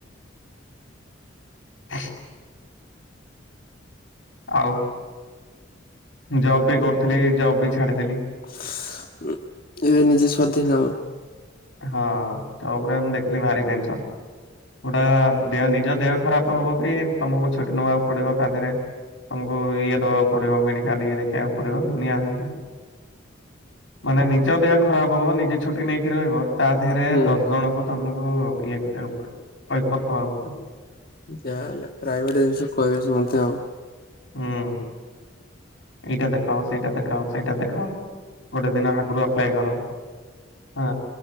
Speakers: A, on the left; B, on the left.
A: ହ ଆଉ ଜବ୍ ବି କରୁଥିଲି ଜବ୍ ବି ଛାଡିଦେଲି।
B: <unintelligible> ଏବେ ନିଜେ ସ୍ବାଧୀନ।
A: ହଁ ଜବ୍ ରେ ମୁଁ ଦେଖିଲି ଭାରି ଟେନସନ। ଗୁଟା ଦେହ ନିଜ ଦେହ ଖରାପ ହବ ବି ତୋମକୁ ଛୁଟି ନବାକୁ ପଡିବ ତା ଦେହରେ ତୋମକୁ ଇଏ ଦବାକୁ ପଡିବ ମେଡିକାଲ ଇଏ ଦେଖେଇବାକୁ ପଡିବ ଦୁନିଆ ଧନ୍ଦା। ମାନେ ନିଜ ଦେହ ଖରାପ ହବ ନିଜେ ଛୁଟି ନେଇକି ରହିବ ତା ଦେହରେ
B: ହୁଁ
A: ଦଶ ଜଣ କୁ ତୋମକୁ ଇଏ କରିବାକୁ ପଡିବ, କଇଫତ୍ ଦବାକୁ ପଡିବ।
B: ଯା ହେଲେ ପ୍ରାଇଭେଟ୍ ଜିନିଷ କହିବେ ସେମତି ଆଉ।
A: ହଁ। ଏଇଟା ଦେଖାଅ, ସେଇଟା ଦେଖାଅ, ସେଇଟା ଦେଖାଅ, ଗୋଟେ ଦିନ ଆଗରୁ ଆପ୍ଲାଏ କର। ହଁ।